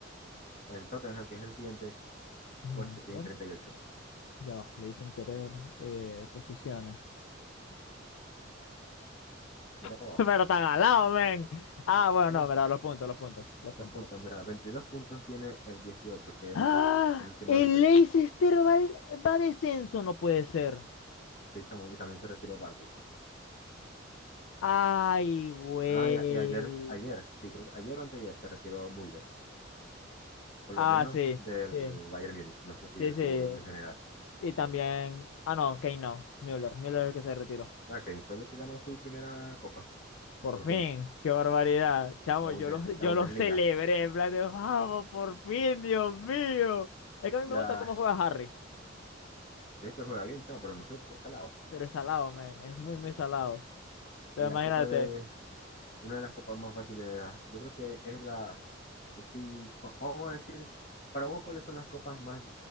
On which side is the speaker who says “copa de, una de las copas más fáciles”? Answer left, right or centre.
Left